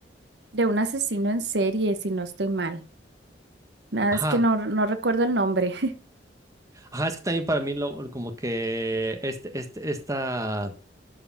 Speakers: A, on the right; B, on the right.
A: de un asesino en serie, si no estoy mal. Nada,
B: Ajá,
A: es que no, no recuerdo el nombre. <laughs>
B: ajá, es que también para mí lo, como que este, este, esta